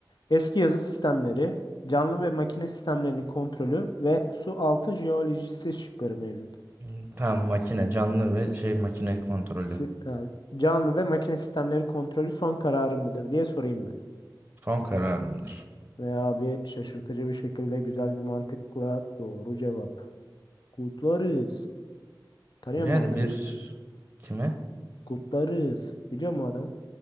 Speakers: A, on the left; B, on the right.
A: Eski yazı sistemleri, canlı ve makine sistemlerinin kontrolü ve su altı jeolojisi şıkları mevcut.
B: Hmm, Tamam makine canlı ve şey makine kontrolü.
A: Si- e, canlı ve makine sistemleri kontrolü son kararı mıdır diye sorayım
B: Son kararımdır.
A: Veya bir şaşırtıcı bir şekilde güzel bir mantıkla doğru cevap. Kutlarız. Tanıyor
B: Yani
A: mu adamı?
B: bir kime?
A: Kutlarız. Biliyor mu adamı?